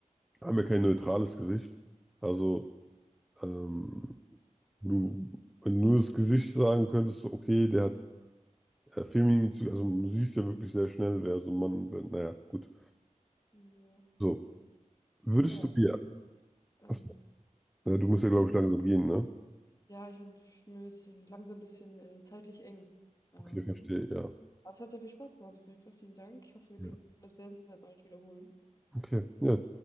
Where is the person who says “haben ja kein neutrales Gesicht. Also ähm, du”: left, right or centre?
Centre